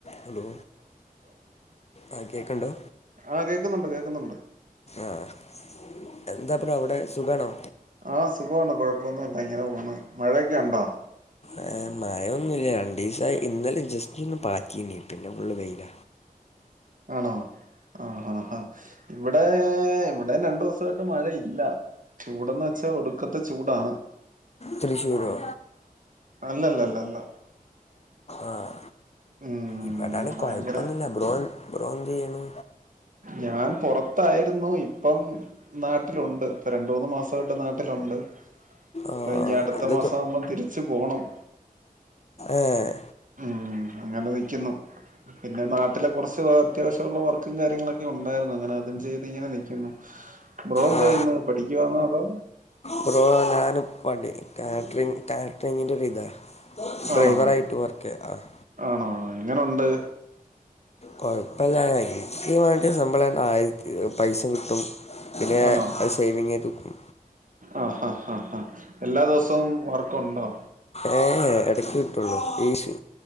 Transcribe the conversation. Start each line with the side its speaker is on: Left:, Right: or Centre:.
Left: ഹലോ ആഹ് കേക്കണ്ടോ
Right: ആ കേക്കുന്നുണ്ട് കേക്കുന്നുണ്ട്
Left: ആഹ് എന്താ ബ്രോ അവിടെ സുഖാണോ
Right: ആഹ് സുഖവാണ് കുഴപ്പന്നൂല്ല ഇങ്ങനെ പോണ് മഴയൊക്കെ ഒണ്ടോ
Left: ഏഹ് മഴയൊന്നുല്ല രണ്ടു ദിവസായി ഇന്നലെ ജസ്റ്റ് ഒന്ന് പാറ്റീന്ന് പിന്നെ ഫുള്ള് വെയില
Right: ആണോ ആഹ് ആഹ് ഹാ ഇവിടെ ഇവിടേം രണ്ടു ദിവസായിട്ട് മഴയില്ല ചൂടെന്ന് വെച്ചാ ഒടുക്കത്തെ ചൂടാണ്
Left: തൃിശൂരോ
Right: അല്ലല്ലല്ല അല്ല
Left: ആഹ്
Right: ഉം
Left: ഇവിടായാലും
Right: ഭയങ്കര
Left: കൊഴപ്പൊന്നുല്ല ബ്രോ ബ്രോ എന്തിയ്യ്ണ്
Right: ഞാൻ പുറത്തായിരുന്നു ഇപ്പം നാട്ടിലുണ്ട് ഇപ്പൊ രണ്ട് മൂന്ന് മാസം സായിട്ട് നാട്ടിലുണ്ട്
Left: ആ
Right: അപ്പ ഇനി അടുത്ത
Left: ഇത്
Right: മാസം ആവുമ്പം തിരിച്ച് പോണം
Left: ഏഹ്
Right: ഉം അങ്ങനെ നിയ്ക്കുന്നു പിന്നെ നാട്ടിലെ കുറച്ച് അത്യാവശ്യം ടെള്ള വർക്കും കാര്യങ്ങളൊക്കെ ഉണ്ടായിരുന്നു അങ്ങനെ അതും ചെയ്ത് ഇങ്ങനെ നിയ്ക്കുന്ന് ബ്രോ എന്തയ്യ്ന്ന്
Left: ആ
Right: പഠിക്കുവാന്നോ അതോ
Left: ബ്രോ ഞാന് പടി കാറ്ററിങ് കാറ്ററിങ്ങിന്റെ ഒരിതാ ഡ്രൈവറായിട്ടും
Right: ആണോ
Left: വർക്ക് ആഹ്
Right: ആണോ എങ്ങനുണ്ട്
Left: കൊഴപ്പല്ല ഇക്ക് വേണ്ടി സമ്പള ആയിരത്തി പൈസ കിട്ടും പിന്നെ ഞാ
Right: ആണോ
Left: അത് സേവിംഗ് ആയിട്ട് വെക്കും
Right: ആഹ് ആഹ് ആഹ് ഹാ എല്ലാ ദിവസവും വർക്കുണ്ടോ?
Left: ഏ ഇടക്ക് കിട്ടുള്ളൂ ഈ ഷ്